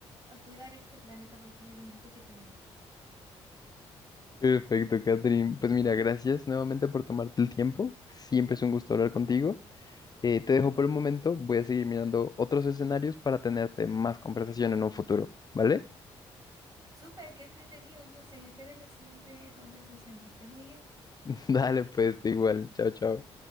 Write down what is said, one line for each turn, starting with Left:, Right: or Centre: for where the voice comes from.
Right: a cuidar este planeta porque es el único que tenemos.
Left: Perfecto, Catherine. Pues mira, gracias nuevamente por tomarte el tiempo. Siempre es un gusto hablar contigo. Eh, te dejo por el momento. Voy a seguir mirando otros escenarios para tenerte más conversación en un futuro, ¿vale?
Right: Súper, qué entretenido. Entonces, espero la siguiente conversación. Que estés muy bien.
Left: <laughs> Dale, pues, tú igual. Chao, chao.